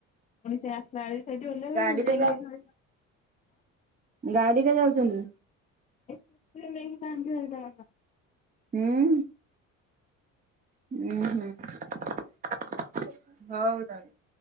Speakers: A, on the left; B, on the right.
A: ପୁଣି ସେ ଆସିଲା ସେଇଠି ଓହ୍ଲାଇବେ
B: ଗାଡିରେ
A: ପୁଣି ଯାଇକି
B: ଗାଡ଼ିରେ ଯାଉଛନ୍ତି?
A: <unintelligible> <unintelligible> <unintelligible> <unintelligible> <unintelligible>
B: ହୁଁ। ହୁଁ ହୁଁ ହଉ।